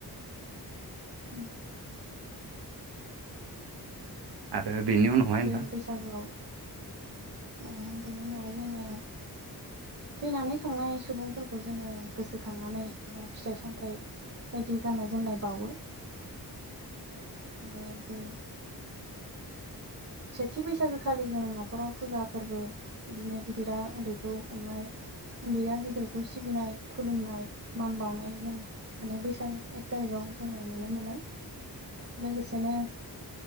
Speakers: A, on the right; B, on the right.
A: उ <unintelligible>
B: आरो बेनि उनावहाय
A: बे
B: नोंथां
A: बैसागुआव ओम बेनि उनावहाय जोङो थैनानै थांनाय सुबुंफोरखौ जोङो गोसोखांनानै फिथाइ सामथाइ बायदि गाननाय जोमनाय बावो। आरो बे सेथि बैसागोखालि जों न'खराव फुजा फोरबो बिदिनो गिदिरा उन्दैखौ अननाय उन्दैया गिदिरखौ सिबिनाय खुलुमनाय मान बावनाय जों माने बैसाग एक थारिखाव जोङो नुनो मोनो। लोगोसेनो